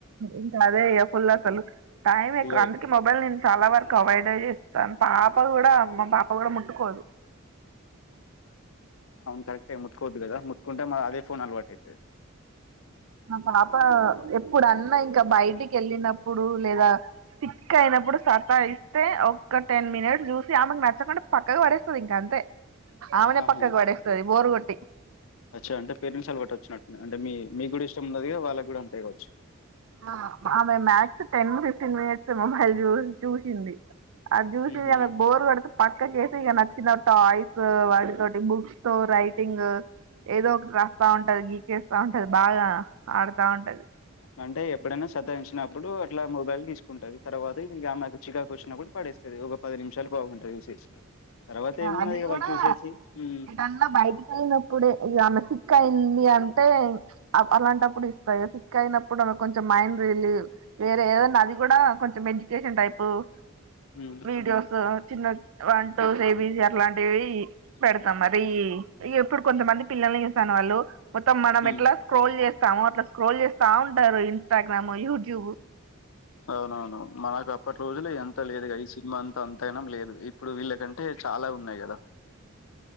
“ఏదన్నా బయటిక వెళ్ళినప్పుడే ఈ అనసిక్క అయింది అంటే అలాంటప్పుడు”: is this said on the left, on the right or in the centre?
Right